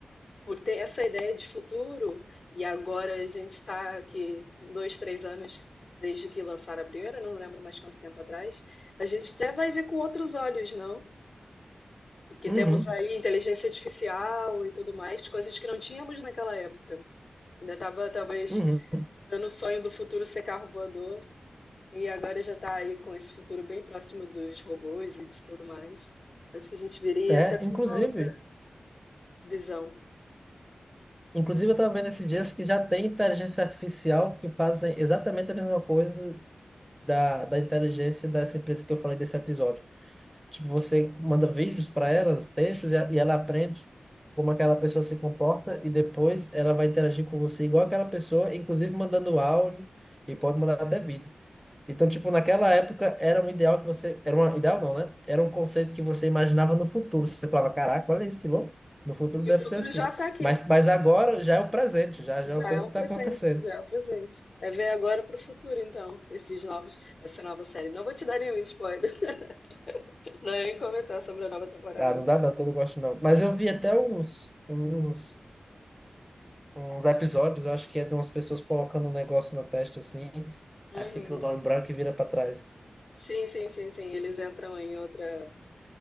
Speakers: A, on the left; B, in the centre.
A: por ter essa ideia de futuro, e agora a gente está aqui dois, três anos desde que lançaram a primeira, não lembro mais quanto tempo atrás, a gente até vai ver com outros olhos, não? Porque
B: Uhum,
A: temos aí inteligência artificial e tudo mais, coisas que não tínhamos naquela época. Ainda estava talvez
B: uhum.
A: dando o sonho do futuro ser carro voador, e agora já está aí com esse futuro bem próximo dos robôs e de tudo mais. Acho que a gente viria
B: É,
A: até com
B: inclusive.
A: uma outra visão.
B: Inclusive, eu estava vendo esses dias que já tem inteligência artificial que fazem exatamente a mesma coisa da, da inteligência dessa empresa que eu falei desse episódio. Tipo, você manda vídeos para elas, textos, e, a- e ela aprende como aquela pessoa se comporta e depois ela vai interagir com você igual aquela pessoa, inclusive mandando áudio e pode mandar até vídeo. Então, tipo, naquela época era um ideal que você. Era um ideal não, né? Era um conceito que você imaginava no futuro. Você falava, caraca, olha isso que louco. No futuro
A: E
B: deve
A: o futuro
B: ser assim.
A: já está aqui.
B: Mas, mas agora já é o presente, já,
A: Já
B: já é uma coisa
A: é o
B: que
A: presente,
B: está acontecendo.
A: já é o presente. É ver agora pro futuro, então, esses novos, essa nova série. Não vou te dar nenhum spoiler, <laughs> não vou nem comentar sobre a nova temporada.
B: Ah, não dá não, que eu não gosto não. Mas eu vi até uns, uns, uns episódios, eu acho que é de umas pessoas colocando um negócio na testa assim,
A: Uhum.
B: aí fica os olhos brancos e vira pra trás.
A: Sim, sim, sim, sim. Eles entram em outra,